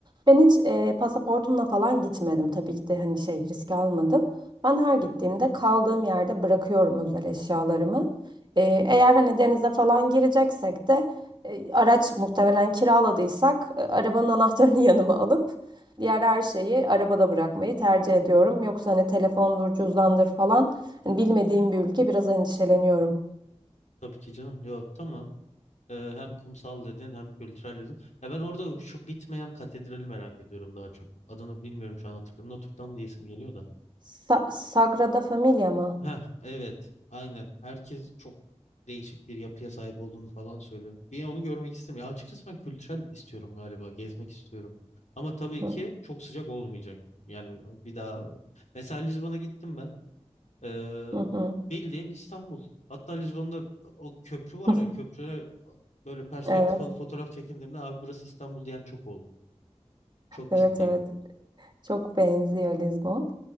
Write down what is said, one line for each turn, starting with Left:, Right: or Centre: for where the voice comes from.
Right: Ben hiç e, pasaportumla falan gitmedim tabii ki de hani şey risk almadım. Ben her gittiğimde kaldığım yerde bırakıyorum özel eşyalarımı. E, eğer hani denize falan gireceksek de e, araç muhtemelen kiraladıysak e, arabanın anahtarını <laughs> yanıma alıp Diğer her şeyi arabada bırakmayı tercih ediyorum. Yoksa hani telefondur, cüzdandır falan. Hani bilmediğim bir ülke biraz endişeleniyorum.
Left: Tabii ki canım. Yok tamam. Ee, hem kumsal dedin hem kültürel dedin. Ya ben orada şu bitmeyen katedrali merak ediyorum daha çok. Adını bilmiyorum şu an hatırlıyorum. Notre Dame diyesim geliyor da.
Right: Sa- Sagrada Familia mı?
Left: Heh, evet aynen. Herkes çok değişik bir yapıya sahip olduğunu falan söylüyor. Bir onu görmek istemiyorum. Ya açıkçası ben kültürel istiyorum galiba. Gezmek istiyorum. Ama tabii
Right: Hı
Left: ki çok sıcak olmayacak. Yani bir daha. Mesela Lizbon'a gittim ben. Ee,
Right: hı. hı.
Left: bildiğin İstanbul. Hatta Lizbon'da o köprü var
Right: <laughs>
Left: ya köprüne böyle perspektif
Right: Evet,
Left: alıp fotoğraf çekindiğimde abi burası İstanbul diyen çok oldu. Çok
Right: evet,
Left: ciddi.
Right: evet. Çok benziyor Lizbon.